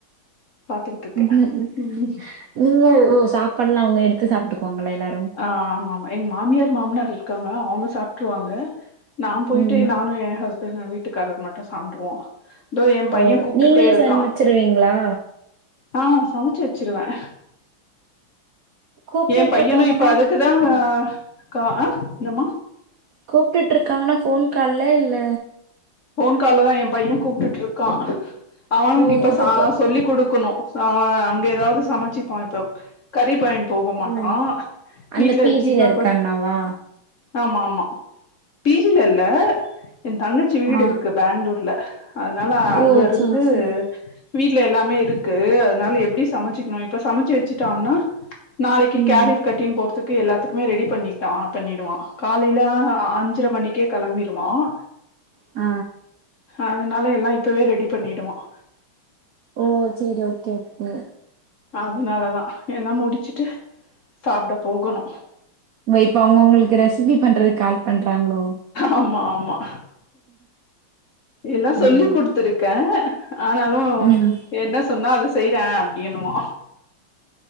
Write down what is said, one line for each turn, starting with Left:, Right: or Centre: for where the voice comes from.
Left: பாத்துக்கிட்ருக்கே
Right: ம்
Left: ம்
Right: நீங்க ஓ சாப்பாடுல்லா அவங்க எடுத்து சாப்பிட்டுக்குவாங்களா எல்லாரு
Left: ஆ ஆமாமா எங்க மாமியார் மாமனார் இருக்காங்க அவங்க சாப்பிட்டுருவாங்க நா போயிட்டு
Right: ம்
Left: நானு எ ஹஸ்பண்ட் வீட்டுக்காரர் மட்டு சாப்பிடுவோ இதோ எ பையன்
Right: ஓ
Left: கூப்பிட்டுட்டே
Right: நீங்களே
Left: இருக்கா
Right: சமைச்சிருவீங்களா
Left: ஆ சமைச்சு வச்சிருவே
Right: கூப்பிட்டு
Left: ஏ பையனு
Right: இருக்காங்க
Left: இப்ப அதுக்குதா க ஆ என்னம்மா
Right: கூப்டுட்டு இருக்காங்கன்னா ஃபோன் கால்ல இல்ல
Left: ஃபோன் கால்ல தா எ பையன் கூப்டுட்டு இருக்கா அவனுக்கு
Right: ஓ
Left: இப்ப
Right: இப்பப்போ
Left: சா சொல்லிக் குடுக்கணு ச அவ அங்க ஏதாவது சமச்சிப்பா இப்ப கறி பயன் போக மாட்டோ
Right: ம் அந்த
Left: வீட்ல
Right: பி
Left: வச்சு
Right: ஜி
Left: இப்ப
Right: ல இருக்க
Left: கொ
Right: அண்ணாவா
Left: ஆமா ஆமா பி ஜி ல இல்ல என் தங்கச்சி வீடு
Right: ஆ
Left: இருக்கு பேங்ளூர்ல அதனால
Right: ஓ
Left: அங்க இருந்து
Right: சேரி சேரி
Left: வீட்ல எல்லாமே இருக்கு அதனால எப்டி சமைச்சுக்குணு இப்ப சமச்சு வெச்சுடோனா நாளைக்கு
Right: ம்
Left: கேரியர் கட்டின் போறதுக்கு எல்லாத்துக்குமே ரெடி பண்ணிட்டோ ஆப் பண்ணிடுவான் காலைல ஆ அஞ்சர மணிக்கே கெளம்பிருவான்
Right: அ
Left: அதனால எல்லா இப்பவே ரெடி பண்ணிடுவான்
Right: ஓ சேரி ஓகே ஓகே
Left: அதுனாலதா ஏனா முடிச்சுட்டு சாப்ட போகணு
Right: இப்ப அவுங்க உங்களுக்கு ரெசிபி பண்றதுக்கு கால் பண்றாங்ளோ
Left: ஆமா ஆமா எல்லா
Right: ம்
Left: சொல்லி குடுத்துரு க்கே ஆனாலு
Right: ம்
Left: என்ன சொன்னா அது செய்ற அப்டின்னுவா